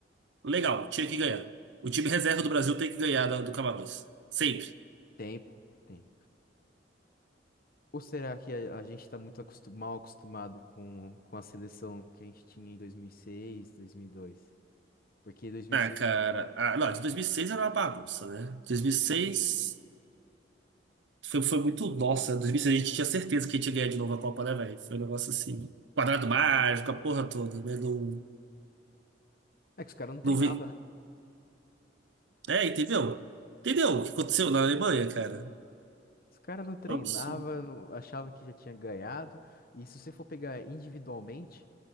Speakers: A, on the right; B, on the left.
A: Legal, tinha que ganhar. O time reserva do Brasil tem que ganhar da- do Camarões. Sempre.
B: Tempo, tem. Ou será que a, a gente tá muito acostu- mal acostumado com, com a seleção que a gente tinha em dois dois mil mil e seis dois mil e dois Porque em dois mil
A: Ah,
B: e seis
A: cara. Ah, não, de 2006 era uma bagunça, né? 2006 foi, foi muito. Nossa, 2006 a gente tinha certeza que a gente ia ganhar de novo a Copa, né, velho? Foi um negócio assim. Quadrado mágico, a porra toda, né? Não,
B: É que os caras não treinavam,
A: não vi.
B: né?
A: É, entendeu? Entendeu o que aconteceu na Alemanha, cara?
B: Os caras não treinava,
A: Ops.
B: não, achava que já tinha ganhado. E se você for pegar individualmente,